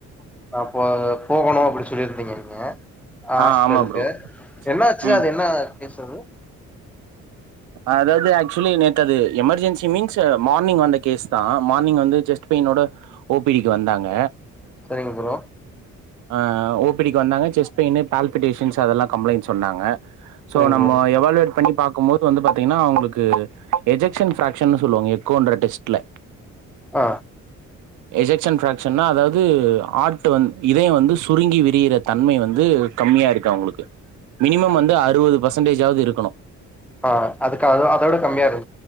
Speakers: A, in the centre; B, on the right (about 80°).
A: அ‌ போ போகணு அப்டின்னு சொல்லிருந்தீங்க நீங்க அ
B: ஆ
A: ஹாஸ்பிட்டலுக்கு
B: ஆமா ப்ரோ
A: என்ன ஆச்சு
B: ம்
A: அது என்ன <unintelligible>
B: அதாவது ஆக்சுவலி நேத்தது எமர்ஜென்சி மீன்ஸ்சு மார்னிங் வந்த கேஸ் தா மார்னிங் வந்து செஸ்ட் பெயினோட ஓபிக்கு வந்தாங்க
A: சரிங்க ப்ரோ
B: அ ஓபடிக்கு வந்தாங்க செஸ்ட் பெயினு பால்பிடேஷன்ஸ் அதெல்லா கம்ப்ளைண்ட்ஸ் சொன்னாங்க
A: சரிங்க
B: சோ நம்ம
A: ப்ரோ
B: எவால்வேட் பண்ணி பாக்கும் போது வந்து பாத்தீங்ன்னா அவுங்களுக்கு தத்து எஜெக்ஷன் ஃபிராக்ஷன் சொல்லுவாங்க எக்கோன்ற டெஸ்ட்ல
A: அ
B: எஜெகஷன் ஃப்ராக்ஷன்னா அதாவது ஆ்ட் வந்து இதையும் வந்து சுருங்கி விரியிற தன்மை வந்து கம்மியா இருக்கு அவுங்களுக்கு மினிமம் வந்து அறுபது பெர்சன்டேஜாவது இருக்கணு
A: அ அதுக்கு அ அதோட கம்மியா இரு